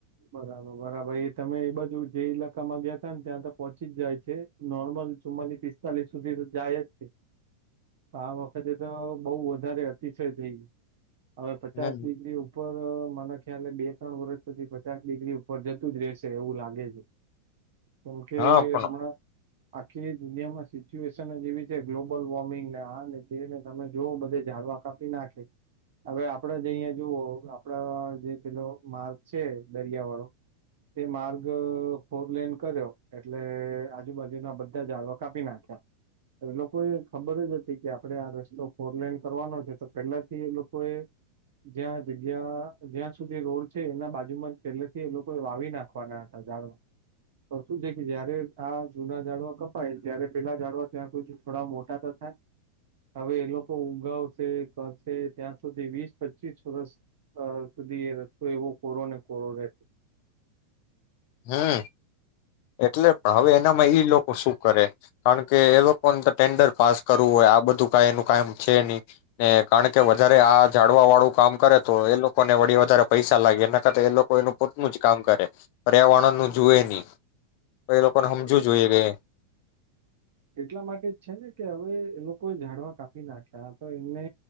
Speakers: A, on the right (about 55°); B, on the left (about 45°).
A: બરાબર-બરાબર ઈ તમે ઈ બાજુ જે ઈલાકામાં ગયા તા ને ત્યાં તો પહોંચી જાય છે, નોર્મલ ચુમ્માલીસ પિસ્તાલીસ સુધી તો જાય જ છે. આ વખતે તો બઉુ વધારે <unintelligible> હવે
B: હમ
A: પચાસ ડિગ્રી ઉપર મને ખ્યાલે બે ત્રણ વર્ષ સુધી પછી ચાસ ડિગ્રી ઉપર જતું જ રશે એવું લાગે છે. કેમ કે
B: હા પણ
A: હમણાં આખી દુનિયામાં સિચ્યુએશન જેવી છે, ગ્લોબલ વોર્મિંગ ને આ ને તેને તમે જોઓ બધે જાળવા કાપી નાખે, હવે આપડ જ અહિયાં જુવઓ આપડા જે પેલો માર્ચ છે દરિયા વાળો તે માર્ગ ફોર લેન કર્યો એટલે આજુબાજુના બધા જડવા કાપી નાખ્યા, લોકો એ ખબર જ હતી કે આપડણે આ રસ્તો ફોર લેન કરવાનો છે, તો પહેલાથી એ લોકોએ જ્યાં જગ્યા જ્યાં સુધી રોડ છે, એના બાજુમાં જ પેલેથી એ લોકો એ વાવી નાખવાના હતા ઝડવા તો શું છે કે જયારે આ જૂના જાઝાડવા કપાય, ત્યારે પેલા જાઝાડવા ત્યાં સુધી થોડા મોટા ત થાય, હવે એ લોકો ઉગાવશે કરશે, ત્યાં સુધી વીસ પચીસ વર્ષ સુધી એ રસ્તો એવો કોરોને <unintelligible>
B: હમ. એટલે પણ હવે એનામાં ઈ લોકો શું કરે કારણ કે એ લોકોને તો ટેન્ડર પાસ કરવું હોય, આ બધું કા એનું કામ છે નહી, કારણ કે વધારે આ જાડવા વાળું કામ કરે તો એ લોકોને વળી વધારે પૈસા લાગે એના કરતા, એ લોકો એનું પોતનું જ કામ કરે પર્યાવર્ણ ન જોએ નહી. તો એ લોકોને હમજુ
A: એટલા
B: જોઈએ કે
A: એટલા માટે જ છે ને કે હવે એ લોકોએ ઝાડવા કાપી નાખ્યા, તો એને